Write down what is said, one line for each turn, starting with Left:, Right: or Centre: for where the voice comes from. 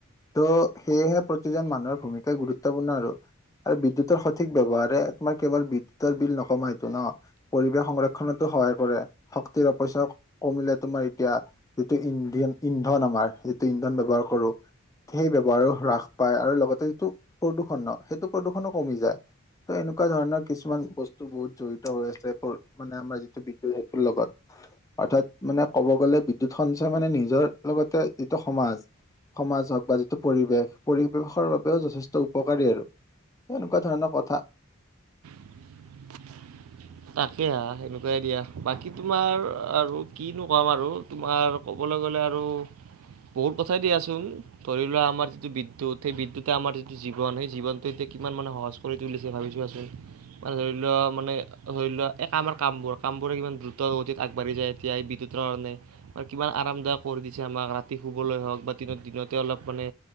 Left: ত' সেয়েহে প্ৰতিজন মানুহৰ ভূমিকাই গুৰুত্বপূৰ্ণ আৰু আৰু বিদ্যুতৰ সঠিক ব্যৱহাৰে তোমাৰ কেৱল বিদ্যুতৰ বিল নকমাই এইটো ন পৰিৱেশ সংৰক্ষণতো সহায় কৰে শক্তিৰ অপইচা কমিলে তোমাৰ এতিয়া যিটো ইন্ধন ইন্ধন আমাৰ যিটো ইন্ধন ব্যৱহাৰ কৰো সেই ব্যৱহাৰো হ্ৰাস পায় আৰু লগতে যিটো প্ৰদূৰ্ষণ সেইটো প্ৰদূৰণো কমি যায় ত এনেকুৱা ধৰণৰ কিছুমান বস্তু বহুত জড়িত হৈ আছে মানে আমাৰ যিটো বিদ্যুৎ সেইটোৰ লগত অৰ্থাৎ মানে ক'ব গ'লে বিদ্যুতখন মানে নিজৰ লগতে যিটো সমাজ, সমাজ হক বা যিটো পৰিৱেশ পৰিৱেশৰ বাবেও যথেষ্ট উপকাৰী আৰু এনেকুৱা ধৰণৰ কথা
Right: <inaudible> তাকে হা সেনেকুৱাই দিয়া বাকী তোমাৰ আৰু কিনো কাম আৰু তোমাৰ ক'ব ক'ব গ'লে আৰু বহুত কথাই দিয়াচোন ধৰি লোৱা আমাৰ যিটো বিদ্যুত সেই বিদ্যুতে আমাৰ যিটো জীৱন সেই জীৱনটো এতি কিমান মানে সহজ কৰি তুলিছে ভাবিছোঁ চোৱাচোন, মানে ধৰি লও মানে ধৰি লোৱা এই কামৰ কামবোৰ কামবোৰে কিমান দ্ৰুত গতিত আগবাঢ়ি যায় এতিয়া বিদ্যুতৰ কাৰণে কিমান আৰামদায়ক কৰি দিছে আমাক ৰাতি শুবলৈ হওক বা দিনত দিনতে অলপ মানে